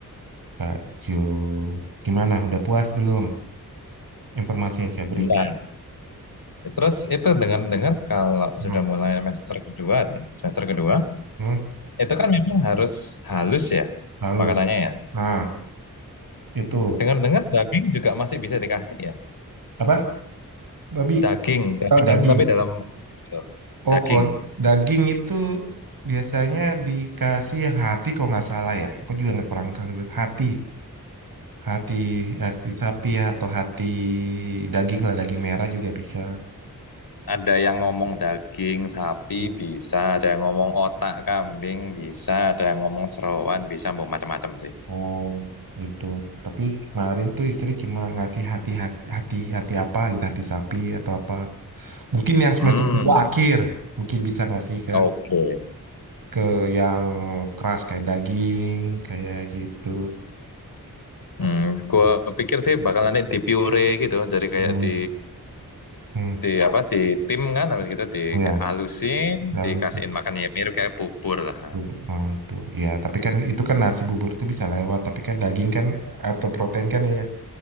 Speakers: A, on the right; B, on the left.
A: Kak Ju gimana udah puas belum informasi yang saya berikan
B: Bentar. Terus itu dengar-dengar kalau
A: hmm,
B: sudah mulai semester kedua, ya semester kedua,
A: hmm,
B: itu kan memang harus halus ya
A: halus
B: makanannya ya.
A: nah itu
B: Dengar-dengar daging juga masih bisa dikasih ya.
A: apa babi
B: Daging, daging
A: oh daging
B: tapi dalam
A: oh
B: daging.
A: kalau daging itu biasanya dikasih hati kalau nggak salah ya aku juga nggak kurang kurang hati Hati, hati sapi ya, atau hati daging lah, daging merah juga bisa.
B: Ada yang ngomong daging sapi
A: Hmm.
B: bisa, ada yang ngomong otak kambing bisa, ada yang ngomong jeroan bisa, mau macam-macam sih.
A: Oh, gitu. Tapi kemarin tuh istri cuma ngasih hati hati hati, hati apa gitu, hati sapi atau apa. Mungkin yang semester
B: Hmm,
A: kedua akhir, mungkin bisa ngasih ke
B: oke.
A: ke yang keras kayak daging, kayak gitu. Seperti
B: Hmm, gua
A: itu.
B: pikir sih bakal nanti di puree gitu, jadi kayak
A: Hmm.
B: di
A: Hmm.
B: di apa di tim kan, habis gitu di
A: Oh ya,
B: alusin,
A: lalu
B: dikasihin
A: sih.
B: makan ya mirip kayak bubur lah.
A: Bubur, ah, itu ya tapi kan itu kan nasi bubur tuh bisa lewat tapi kan daging kan atau protein kan ya,